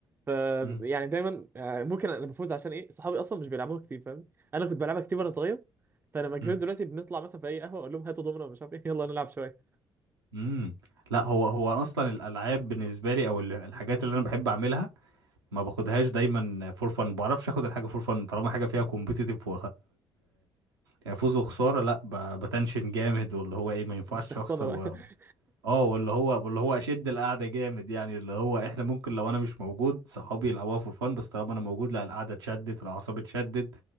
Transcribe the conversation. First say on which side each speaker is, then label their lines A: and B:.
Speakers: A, on the right (about 15°); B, on the right (about 85°).
A: ف
B: مم.
A: يعني دايما آه، ممكن انا بفوز عشان ايه صحابي اصلا مش بيلعبوها كتير فاهم انا كنت بلعبها كتير وانا صغير فلما كبرت
B: مم.
A: دلوقتي بنطلع مثلا في اي قهوه اقول لهم هاتوا دومنا ومش عارف ايه <laughs> يلا نلعب شويه
B: مم. لا هو هو أنا اصلا الالعاب بالنسبة لي او ال- الحاجات اللي انا بحب اعملها ما باخدهاش دايما فور فن ما بعرفش اخد الحاجة فور فن طالما حاجة فيها كومبيتيتيف يعني فوز وخساره لا ب- بتنشن جامد واللي هو ايه ما ينفعش
A: بتشخصنها
B: اخسر
A: بقى
B: و...
A: <laughs>
B: اه واللي هو واللي هو اشد القعده جامد يعني اللي هو احنا ممكن لو انا مش موجود صحابي يلعبوها في فن بس طالما انا موجود لا القعده اتشدت العصاب اتشدت